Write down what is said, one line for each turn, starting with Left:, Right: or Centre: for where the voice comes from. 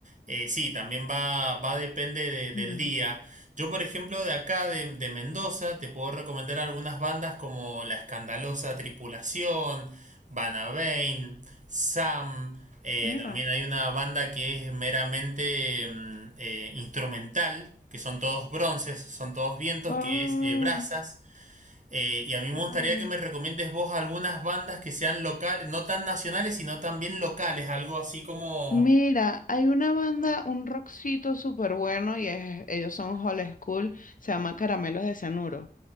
Right: Eh, sí, también va, va depende de- del
Left: Mira,
Right: día. Yo, por ejemplo, de acá, de, de Mendoza, te puedo recomendar algunas bandas como La Escandalosa Tripulación, Banabain, Sam. Eh,
Left: mira.
Right: también hay una banda que es meramente mm, eh, instrumental, que son todos bronces, son todos vientos,
Left: Ah,
Right: que es eh, Brazas. Eh, y a mí me
Left: bueno.
Right: gustaría que me recomiendes vos algunas bandas que sean locales, no tan nacionales, sino también locales, algo así como...
Left: Mira, hay una banda, un rockcito súper bueno y es- ellos son Hall School, se llama Caramelos de Cianuro.